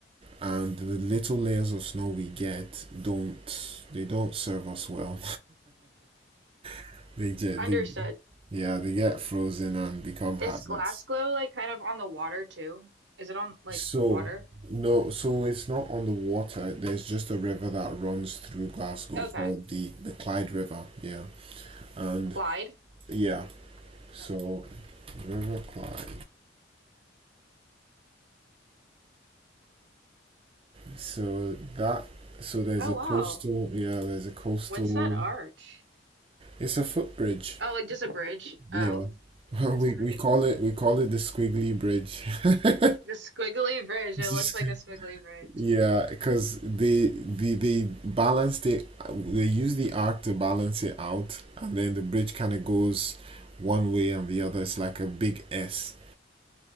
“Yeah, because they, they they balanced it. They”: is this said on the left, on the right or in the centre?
Right